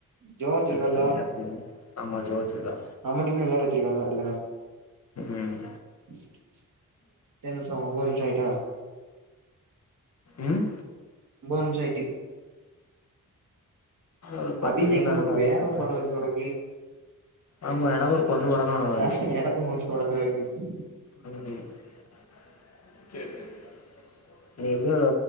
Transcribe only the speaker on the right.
ஜோ வச்சிருக்கல்லா
நம்ம டீம்ல எல்லாரு வச்சிருக்காங்க அப்டிதானே
எத்தன நிமிசோ ஒம்போது நிமிசோ ஆயிட்டா
ஒம்போது நிமிஷோ ஆயிட்டு
அபிஷேகோன்னு
போட்டு
வேற
ஒரு படம் வருது உனக்கு
ஆ எனக்கும் <unintelligible>